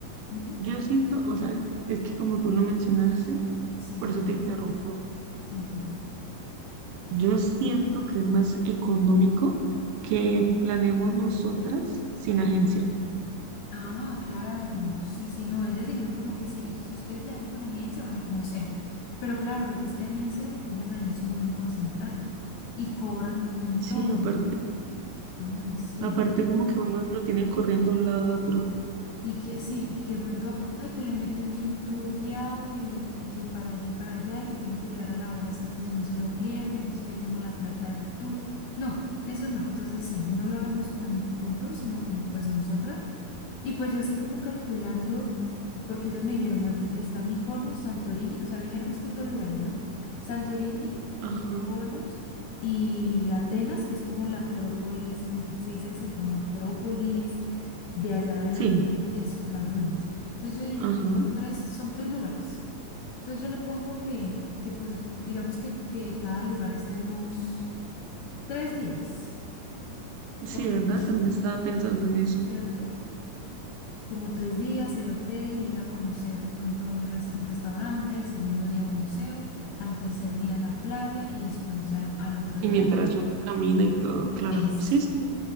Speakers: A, on the left; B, on the right.
A: ujú,
B: yo siento, o sea, es que como tú lo mencionaste,
A: sí,
B: por
A: sí,
B: eso
A: sí,
B: te interrumpo,
A: sí, sí, sí.
B: yo siento que es más económico que planeemos nosotras sin agencia.
A: Ah, claro, sí, sí, no, ellas dijeron como que si, si ustedes le hacen con agencia, bueno, como sea, pero claro, porque es que agencias se cogen ahí su buen porcentaje y cobran un montón,
B: Sí, aparte,
A: ay, sí,
B: aparte como que unos lo tienen corriendo de un lado a otro.
A: y que sí, y que de pronto, ay, que le meten que un tour guiado y, y que para allá y para allá y que tiene que llegar a la hora exacta y si no se lo pierde, entonces pierde uno la plata del tour, no, eso no, entonces sí, no lo hagamos con, con tour, sino con pues nosotras Y pues yo así como calculando, porque ellas me dijeron, bueno, está Mykonos, Santorini, o sea, me dijeron estos dos lugares, ¿no? Santorini,
B: Ajá,
A: Mykonos y Atenas, que es como la Acrópolis, se dice así como Acrópolis, de allá de
B: sí,
A: donde es, las ruinas. Entonces yo digo,
B: ajá,
A: son tres, son tres lugares. Entonces yo le pongo que, que pues digamos que, que cada lugar estemos tres días,
B: sí,
A: por
B: ¿verdad?
A: mucho,
B: También estaba pensando en eso.
A: ¿cierto? como tres días, el hotel, ir a conocer de pronto el res- un restaurante, el segundo día un museo, al tercer día la playa y después ya al otro
B: Y
A: día
B: mientras uno camina y todo, claro,
A: es.
B: sí, sí,